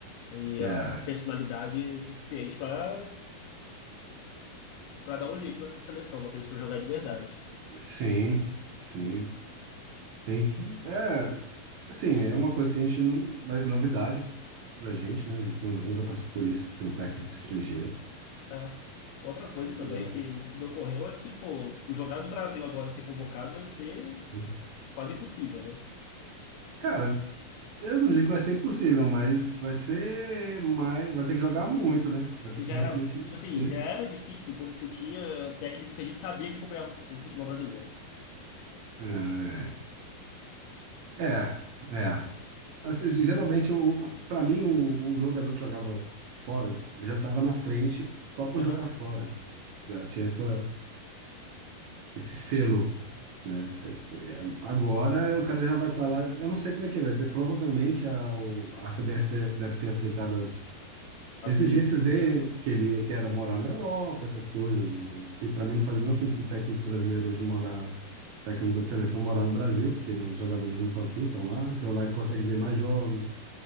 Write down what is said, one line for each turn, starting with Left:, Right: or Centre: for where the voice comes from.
Left: E
Right: é,
Left: a personalidade suficiente pra para dar um jeito nessa seleção, botar eles pra jogar de verdade.
Right: sim, sim. Tem que. É, assim, é uma coisa que a gente não. É novidade pra gente, né? A gente nu- nunca passou por isso, ter um técnico estrangeiro.
Left: É. Outra
Right: Mas,
Left: coisa também
Right: é,
Left: que, que me ocorreu é que, pô, jogar do Brasil agora e ser convocado vai ser
Right: hum,
Left: quase impossível, né?
Right: cara, eu não digo que vai ser impossível, mas vai ser mais. Vai ter que jogar muito, né? Vai ter
Left: E
Right: que
Left: já
Right: realmente
Left: era,
Right: merecer.
Left: tipo assim, já era difícil quando você tinha técnico que a gente sabia que acompanhava o futebol brasileiro.
Right: É, é. é. Assim, geralmente, o, pra mim, o, o jogador que jogava fora já estava na frente só por
Left: Aham.
Right: jogar fora. Já tinha essa, esse selo né? É, é, Agora o cara já vai estar lá. Eu não sei como é que é. de- Provavelmente a, o- a CBF te- deve ter aceitado as
Left: Às
Right: exigências
Left: vezes.
Right: dele, que ele que era morar na Europa, essas coisas. né? Que para mim não faz o menor sentido o técnico brasileiro hoje morar, o técnico da seleção morar no Brasil, porque não- os jogadores não estão aqui, estão lá. Então lá ele consegue ver mais jogos,